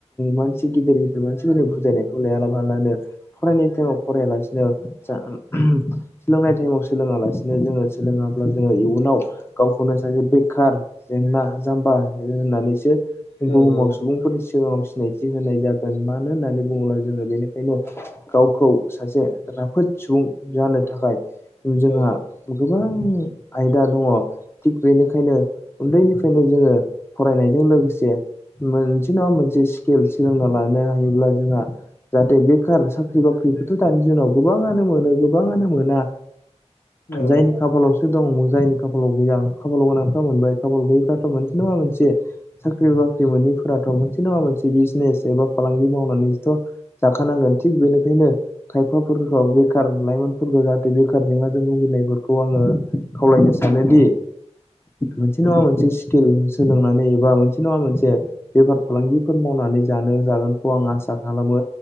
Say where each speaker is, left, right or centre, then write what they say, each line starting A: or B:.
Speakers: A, on the left (about 20°); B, on the left (about 70°).
A: मानसि गिदिर गिदिर मानसिफोरनो बुजायनायखौ लायाबालानो फरायनाय टाइमाव फरायालासिनो सोलोंनाय टाइमाव सोलोङा लासिनो जोङो सोलोङाब्ला जोङो इयुनाव गावखौनो सासे बेखार जेंना जाम्बा होननानैसो
B: औ
A: बुहुमाव
B: उम
A: सुबुंफोरनि सिगाङाव सिनायथि होनाय जागोन मानो होननानै बुङोब्ला जोङो बेनिखायनो गावखौ सासे राफोद सुबुं जानो थाखाय जोंहा
B: औ
A: गोबां आयदा दङ थिग बेनिखायनो उन्दैनिफ्रायनो जोङो फरायनायजों लोगोसे मोनसे नङा मोनसे स्किल सोलोंना लानो हायोब्ला जोंहा जाहाथे बेखार साख्रि बाख्रि साख्रिखौथ' दानि जुनाव गोबाङानो मोनो गोबाङानो मोना
B: औ
A: जायनि खाफालावसो दं जायनि खाफालाव गैया खाफालाव गोनांफ्रा मोनबाय खाफाल गैयैफ्राथ' मोनसे नङा मोनसे साख्रि बाख्रि मोनैफोराथ' मोनसे नङा मोनसे बिजनेस एबा फालांगि मावनानैथ' जाखानांगोन थिग बेनिखायनो खायफाफोरखौ बेखार लाइमोनफोरखौ जाहाथे बेखार जेंनाजों भुगिनायफोरखौ आङो ओ खावलायनो सानोदि मोनसे नङा मोनसे स्किल सोलोंनानै एबा मोनसे नङा मोनसे बेफार फालांगिफोर मावनानै जानो जागोनखौ आं आसा खालामो